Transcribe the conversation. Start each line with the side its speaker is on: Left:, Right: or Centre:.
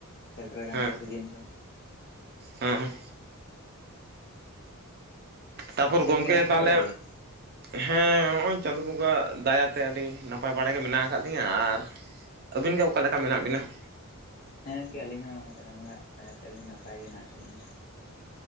Left: ᱥᱮᱴᱮᱨ ᱟᱠᱟᱱ
Right: ᱦᱮᱸ
Left: ᱛᱟᱠᱚᱣᱟ ᱥᱤᱡᱤᱱ ᱠᱚ᱾
Right: ᱦᱮᱸ ᱛᱟᱨᱯᱚᱨ
Left: ᱟᱪᱪᱷᱟ
Right: ᱜᱚᱢᱠᱮ
Left: ᱜᱚᱝᱠᱮ ᱱᱟᱯᱟᱭ
Right: ᱛᱟᱦᱞᱮ
Left: ᱵᱟᱲᱟ ᱜᱮ
Right: ᱦᱮᱸ ᱦᱚᱜ-ᱚᱭ ᱪᱟᱸᱫᱳ ᱵᱚᱸᱜᱟᱣᱟᱜ ᱫᱟᱭᱟᱛᱮ ᱟᱹᱰᱤ ᱱᱟᱯᱟᱭ ᱵᱟᱲᱟᱜᱮ ᱢᱮᱱᱟᱜ ᱟᱠᱟᱫ ᱞᱤᱧᱟᱹ ᱟᱨ ᱟᱹᱵᱤᱱ ᱜᱮ ᱚᱠᱟ ᱞᱮᱠᱟ ᱢᱮᱱᱟᱜ ᱵᱤᱱᱟ?
Left: ᱦᱮᱸ ᱜᱚᱝᱠᱮ ᱟᱹᱞᱤᱧ ᱦᱚᱸ ᱪᱟᱸᱫᱚ ᱵᱚᱸᱜᱟᱣᱟᱜ ᱫᱟᱭᱟᱛᱮ ᱟᱞᱤᱧ ᱦᱚᱸ ᱱᱟᱯᱟᱭ ᱜᱮ ᱢᱮᱱᱟᱜ ᱟᱠᱟᱫ ᱞᱤᱧᱟ ᱾